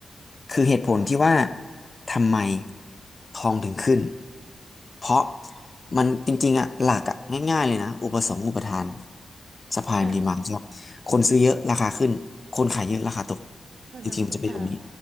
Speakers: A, on the left; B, on the right.
A: คือเหตุผลที่ว่าทำไมทองถึงขึ้นเพราะมันจริงๆอ่ะหลักอ่ะง่ายๆเลยนะอุปสงค์อุปทาน supply
B: อ่า
A: and demand ใช่ไหมคนซื้อเยอะราคาขึ้นคนขายเยอะราคาตก
B: แล้วเรากต้องอ่า
A: จริงๆมันจะเป็นแบบนี้